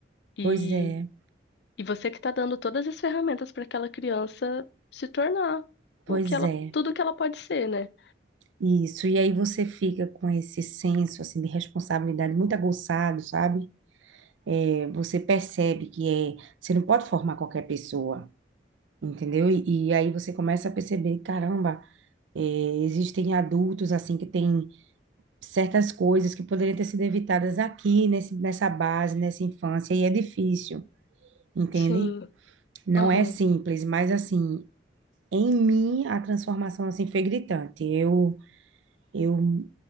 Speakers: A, on the left (about 65°); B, on the right (about 85°).
A: E,
B: Pois é,
A: e você que tá dando todas as ferramentas para aquela criança se tornar
B: pois
A: o que ela,
B: é.
A: tudo que ela pode ser, né?
B: Isso, e aí você fica com esse senso assim de responsabilidade muito aguçado, sabe? É, você percebe que é, você não pode formar qualquer pessoa, entendeu? E, e aí você começa a perceber, caramba, É, existem adultos assim que têm certas coisas que poderiam ter sido evitadas aqui nesse, nessa base, nessa infância, e é difícil, entende?
A: Sim.
B: Não
A: Aham.
B: é simples, mas assim, em mim a transformação assim foi gritante. Eu, eu